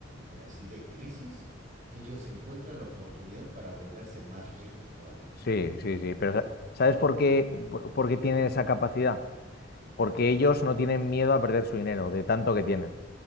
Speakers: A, on the right; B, on the left.
A: eh, así de crisis, ellos encuentran la oportunidad para volverse más ricos todavía.
B: sí, sí, sí. Pero sa- ¿sabes por qué, por por qué tienen esa capacidad? Porque ellos no tienen miedo a perder su dinero, de tanto
A: Sí, no.
B: que tienen.